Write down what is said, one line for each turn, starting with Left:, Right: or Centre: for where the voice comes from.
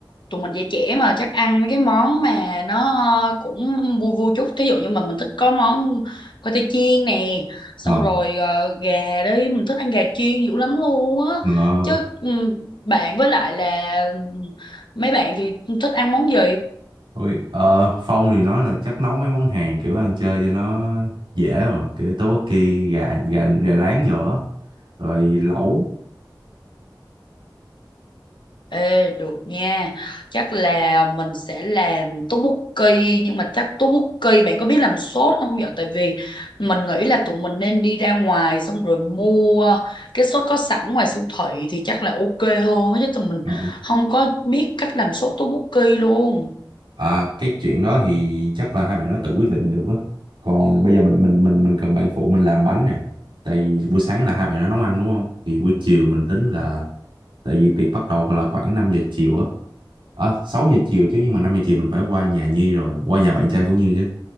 Left: tụi mình dạy trẻ mà chắc ăn mấy cái món mà nó cũng vui vui chút thí dụ như mình mình thích có món khoai tây chiên nè xong
Right: ờ
Left: rồi ờ, gà đi mình thích ăn gà chiên dữ lắm luôn á
Right: Ờ.
Left: chứ ừm, bạn với lại là mấy bạn thì thích ăn món gì
Right: Ôi, ờ, Phong thì nói là chắc nấu mấy món Hàn kiểu ăn chơi cho nó dễ mà kiểu tteokbokki gà gà gà rán vô á, rồi lẩu
Left: Ê, được nha. Chắc là mình sẽ làm tteokbokki nhưng mà chắc tteokbokki bạn có biết làm sốt không vậy? Tại vì mình nghĩ là tụi mình nên đi ra ngoài xong rồi mua cái sốt có sẵn ngoài siêu thị thì chắc là ok hơn á, chứ tụi mình
Right: Ờ,
Left: không có biết cách làm sốt tteokbokki luôn.
Right: à, cái chuyện đó thì chắc là hai bạn nó tự quyết định được á còn bây giờ mình mình mình mình cần bạn phụ mình làm bánh nè tại vì buổi sáng là hai bạn nó nấu ăn đúng không thì buổi chiều mình tính là tại vì tiệc bắt đầu là khoảng 5 giờ chiều á à, 6 giờ chiều chứ nhưng mà 5 giờ chiều mình phải qua nhà Nhi rồi qua nhà bạn trai của Nhi chứ